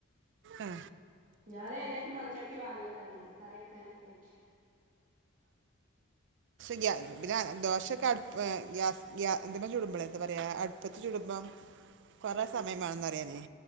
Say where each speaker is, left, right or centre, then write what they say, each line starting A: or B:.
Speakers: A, on the right (about 60°); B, on the right (about 40°).
A: ഏ
B: ഞാനെ - പുത്യായിട്ട് മൺചട്ടി വാങ്ങിയതാണ് കറി വക്കാനൊക്കെ ആയിട്ട്.
A: ഗ്യാസ് ഗ്യാ പിന്നെ ദോശെക്കെ അടുപ്പ് ഏ ഗ്യാസ് ഗ്യാ ഇതുമ്മേച്ചുടുമ്പളെ എന്താ പറയാ അടുപ്പത്ത് ചുടുമ്പോ കുറെ
B: ഉം
A: സമയംമാണം ന്നറയാനെ